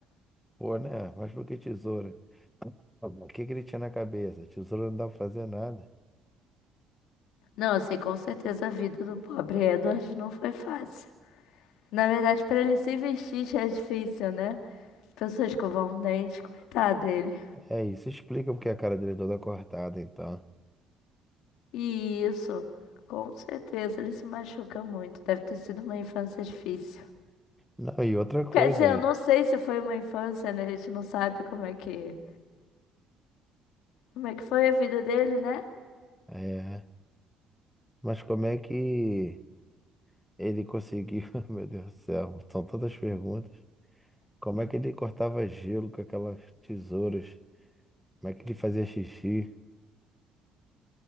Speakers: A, in the centre; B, on the left.
A: Pô, né? Mas por que tesoura? O que que ele tinha na cabeça? Tesoura não dá pra fazer nada.
B: Não, assim, com certeza a vida do pobre Edward não foi fácil. Na verdade, para ele se vestir já é difícil, né? Pessoas escovam um dente, coitado dele.
A: É isso, explica porque a cara dele é toda cortada então.
B: E isso, com certeza, ele se machuca muito. Deve ter sido uma infância difícil.
A: Não, e outra coisa,
B: Quer dizer, eu não sei se foi uma infância, né? A gente não sabe como é que, como é que foi a vida dele, né?
A: é, mas como é que ele conseguiu, <laughs> meu Deus do céu, são tantas perguntas. Como é que ele cortava gelo com aquelas tesouras? Como é que ele fazia xixi?